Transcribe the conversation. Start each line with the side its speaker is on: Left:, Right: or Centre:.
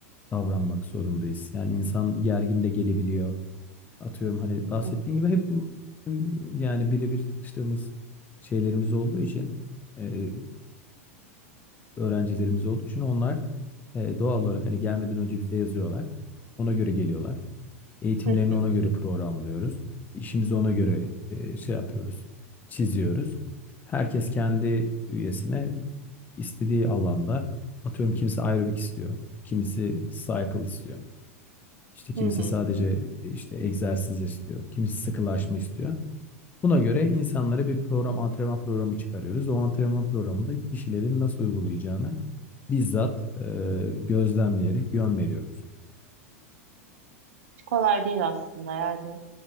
Left: davranmak zorundayız. Yani insan gergin de gelebiliyor. Atıyorum hani bahsettiğin
Right: Hı hı.
Left: gibi hep m- yani birebir çalıştığımız şeylerimiz olduğu için e, öğrencilerimiz olduğu için onlar e, doğal olarak hani gelmeden önce bize yazıyorlar. Ona göre geliyorlar. Eğitimlerini
Right: Hı hı.
Left: ona göre programlıyoruz. İşimizi ona göre e, şey yapıyoruz, çiziyoruz. Herkes kendi üyesine istediği alanda atıyorum kimisi aerobik istiyor, kimisi cycle istiyor. İşte kimisi
Right: Hı hı.
Left: sadece e, işte egzersiz istiyor, kimisi sıkılaşma istiyor. Buna göre insanlara bir program, antrenman programı çıkarıyoruz. O antrenman programında kişilerin nasıl uygulayacağını bizzat e, gözlemleyerek yön veriyoruz.
Right: Hiç kolay değil aslında yani.